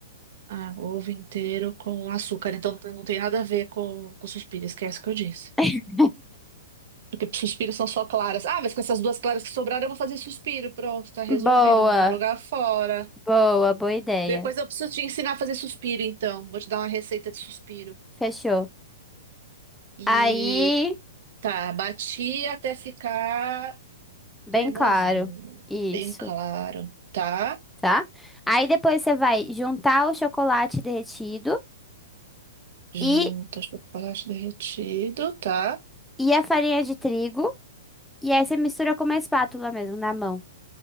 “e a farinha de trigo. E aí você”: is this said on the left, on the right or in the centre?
Centre